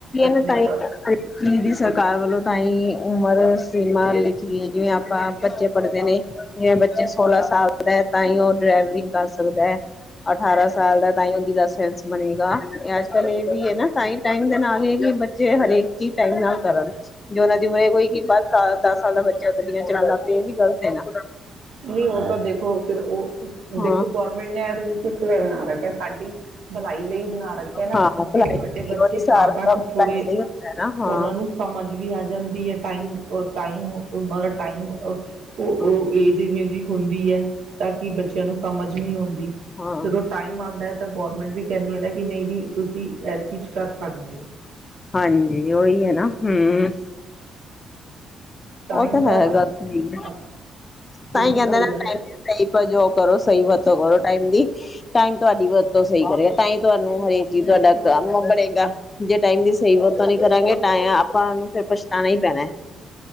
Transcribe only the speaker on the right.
ਨਹੀਂ ਤਾਂ
ਨਹੀਂ ਉਹ ਤਾਂ ਦੇਖ ਉਹ ਫਿਰ ਉਹ
ਦੇਖੋ ਗੌਰਮੈਂਟ ਨੇ ਇਹ ਰੁਲ ਇਸ ਲਈ ਬਨਾ ਰੱਖਿਆ ਕੇ ਸਾਡੀ ਭਲਾਈ ਲਈ ਬਣਾ ਰੱਖੀ ਐ ਨਾ
ਕਿ ਤੁਹਾਡੇ ਬੱਚੇ
ਤਾਂ ਤੱਕ
ਥੋੜੇ
ਉਹਨਾਂ ਨੂੰ ਸਮਝ ਵੀ ਆ ਜਾਂਦੀ ਐ ਟਾਈਮ, ਟਾਈਮ ਅਗਰ ਟਾਈਮ ਉਹ
<unintelligible> ਜਿਵੇਂ ਜੀ ਹੁੰਦੀ ਹੈ ਤਦ ਕੀ ਬੱਚਿਆਂ ਨੂੰ ਸਮਝ ਨਹੀਂ ਹੁੰਦੀ।
ਜਦੋਂ ਟਾਈਮ ਆਂਦਾ ਹੈ ਤਾਂ ਗੌਰਮੈਂਟ ਵੀ ਕਹਿੰਦੀ ਹੈ ਨਾ ਕਿ ਨਹੀਂ ਵੀ ਕੀ ਤੁਸੀਂ <unintelligible> ਸਕਦੇ ਹੋ
ਟਾਈਮ
ਦਾ
ਅੱਜ
ਬਿਲਕੁਲ
ਸਹੀ
ਗੱਲ
ਹੈ।